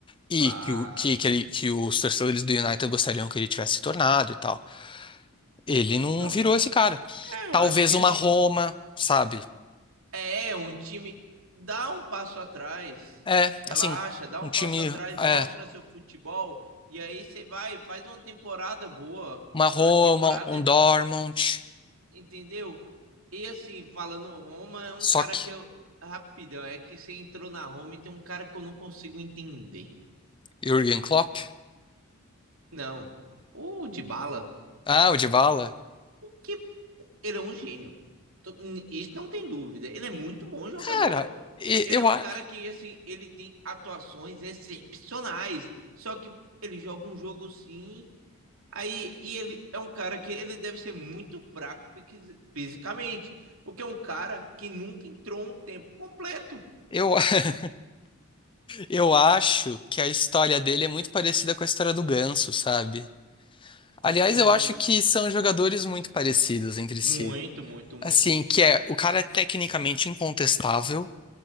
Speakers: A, on the left; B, on the right.
A: e
B: Claro.
A: que, o- que, que, ele- que os torcedores do United gostariam que ele tivesse se tornado e tal. Ele
B: Então,
A: não virou esse cara.
B: é, eu
A: Talvez
B: acho que
A: uma
B: assim,
A: Roma, sabe?
B: É, um time. Dá um passo atrás.
A: É,
B: Relaxa,
A: assim,
B: dá
A: um
B: um
A: time,
B: passo atrás, mostra
A: é,
B: seu futebol e aí você vai, faz uma temporada boa,
A: uma Roma,
B: uma temporada,
A: um Dortmund.
B: entendeu? E assim, falando Roma, é um
A: Sock,
B: cara que eu. Rapidão, é que você entrou na Roma e tem um cara que eu não consigo entender.
A: Jürgen Klopp.
B: Não. O Dybala,
A: Ah, o Dybala.
B: o que. Ele é um gênio. Tô- Isso não tem dúvida. Ele é muito bom jogador.
A: Cara, e-
B: Ele
A: eu,
B: é um
A: a-
B: cara que, assim, ele tem atuações excepcionais. Só que ele joga um jogo sim. Aí, e ele é um cara que ele deve ser muito fraco fisicamente. Porque é um cara que nunca entrou um tempo completo.
A: eu, <laughs> eu acho que a história dele é muito parecida com a história do Ganso, sabe? Aliás,
B: Hum,
A: eu acho que são jogadores muito parecidos entre si.
B: muito, muito, muito.
A: Assim, que é, o cara é tecnicamente incontestável.